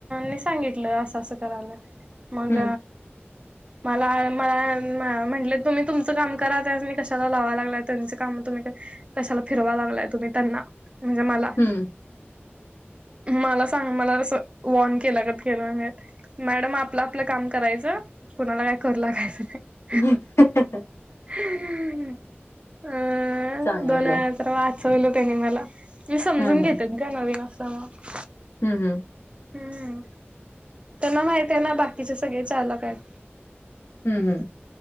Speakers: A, on the right; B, on the left.
A: न सांगितलं असं असं करायला मग
B: हं,
A: मला मला म्हटलं तुम्ही तुमचं काम करा त्यास मी कशाला लावा लागलाय त्यांचं काम तुम्ही कशाला फिरवा लागलाय तुम्ही त्यांना म्हणजे मला
B: हं.
A: मला सांग मला तस वॉन केला गत केल अस मॅडम आपलं आपलं काम करायचं कोणाला काय करू लागायचं नाही
B: हम
A: अ
B: चांगलंय.
A: दोन वेडा असं वाचवल त्यांने मला समजून
B: हं,
A: घेतात ग नवीन असल्यामुळे
B: हम् हम्
A: हम्म त्यांना माहित आहे ना बाकीचे सगळे चालक आहेत?
B: हम् हम्